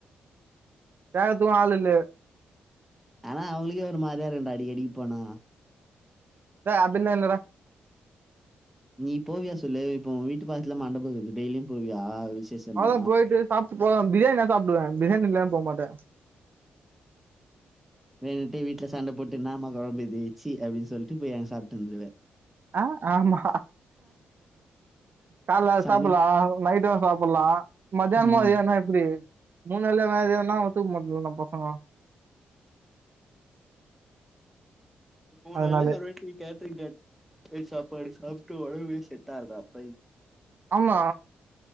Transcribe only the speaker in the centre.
ஆனா அவங்களுக்கே ஒரு மாரியா இருக்குண்டா அடிக்கடிக்கு போனா
நீ போவியா சொல்லு இப்போ உ வீட்டு பக்கத்துல மண்டப இருக்குது டெய்லியு போவியா விசேஷம்னா?
வேனுன்ட்டே வீட்டுல சண்ட போட்டு என்னாமா கொழம்பு இது ச்சி அப்டின்னு சொல்லிட்டு போய் அங்க சாப்ட்டு வந்துடுவே
சமைக்
ம்.
மூணு
வேலயு ஒரு வாட்டி கேட்ரிங் கேட் போய் சாப்பாடு சாப் டு ஒடம்பே செட் ஆகதுறா பொய்